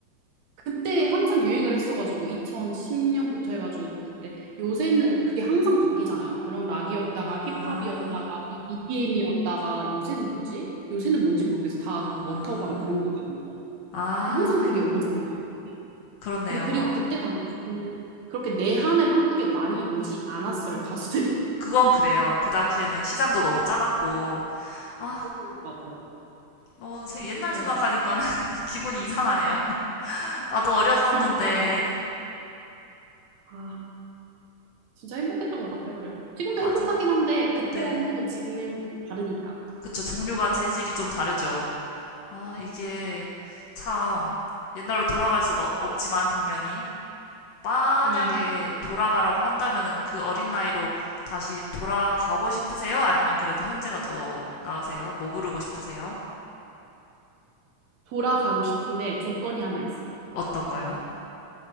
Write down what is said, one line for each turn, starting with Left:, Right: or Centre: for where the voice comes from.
Right: 그때 한참 유행을 했어가지고 2010년부터 해가지고 그때 요새는 그게 항상 바뀌잖아요. 그런 락이었다가
Left: 아,
Right: 힙합이었다가 EDM이었다가 요새는 뭐지? 요새는 뭔지 모르겠어. 다
Left: 아,
Right: 그 워터밤 그런 거 가는 거.
Left: 아,
Right: 근데 항상 그게 오잖아요. 그게.
Left: 그렇네요.
Right: 근데 그리고 그때 당시는 그렇게 내한을 한국에 많이 오지 않았어요. 가수들이.
Left: 그건 그래요. 그 당시에는 시장도 너무 작았고 아,
Right: <laughs> 맞아
Left: 어, 세- 옛날
Right: 그래가지고.
Left: 생각하니까 <laughs> 기분이 이상하네요. <laughs> 나도 어렸었는데.
Right: 그니까요. 아, 진짜 행복했던 것 같아요. 그래도. 지금도
Left: 맞아요.
Right: 행복하긴 한데 그때와
Left: 네.
Right: 행복은 지금의 행복은 다르니까.
Left: 그쵸. 종류가 재질이 좀 다르죠. 아, 이게 참 옛날로 돌아갈 수가 없지만 당연히 만약에
Right: 네.
Left: 돌아가라고 한다면은 그 어린 나이로 다시 돌아가고 싶으세요? 아니면 그래도 현재가 더 나으세요? 뭐 부르고 싶으세요?
Right: 돌아가고 싶은데 조건이 하나 있어요.
Left: 어떤 거요?